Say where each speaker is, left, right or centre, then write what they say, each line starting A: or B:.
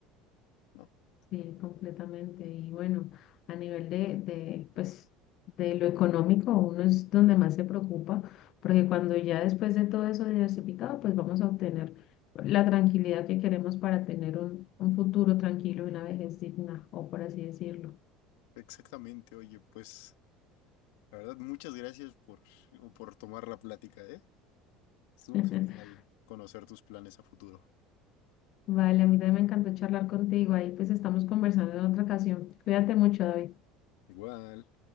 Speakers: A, on the left (about 80°); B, on the left (about 40°).
A: ¿no?
B: Sí, completamente. Y bueno, a nivel de, de, pues, de lo económico, uno es donde más se preocupa, porque cuando ya después de todo eso diversificado, pues vamos a obtener la tranquilidad que queremos para tener un, un futuro tranquilo y una vejez digna, o por así decirlo.
A: Exactamente, oye, pues la verdad, muchas gracias por, por tomar la plática, ¿eh? Estuvo
B: <laughs>
A: genial conocer tus planes a futuro.
B: Vale, a mí también me encantó charlar contigo. Ahí pues estamos conversando en otra ocasión. Cuídate mucho, David.
A: Igual.